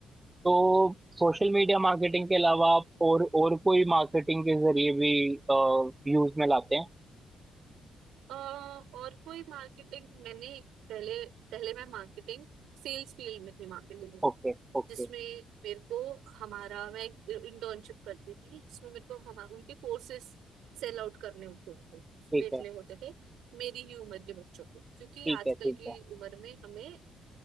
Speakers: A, on the right; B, on the right.
A: तो सोशल मीडिया मार्केटिंग के अलावा आप और और कोई मार्केटिंग के जरिए भी यूज में लाते हैं
B: अ, और कोई मार्केटिंग मैंने पहले पहले मैं मार्केटिंग सेल्स फील्ड में थी मार्केटिंग
A: Okay okay
B: जिसमें मेरे को हमारा मैं इंटर्नशिप करती थी जिसमें मेरे को हमारे उनके कोर्सेस सेल आउट करने होते थे
A: ठीक
B: बेचने
A: है
B: होते थे मेरी ही उम्र के बच्चों को क्योंकि
A: ठीक
B: आजकल
A: है ठीक
B: की
A: है
B: उम्र में हमें